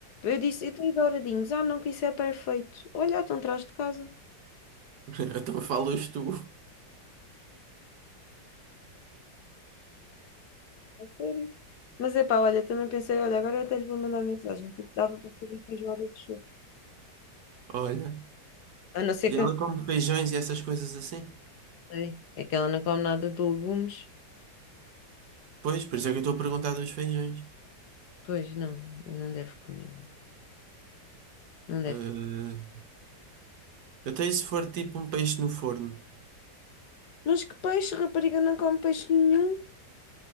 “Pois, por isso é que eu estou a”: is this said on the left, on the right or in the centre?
Right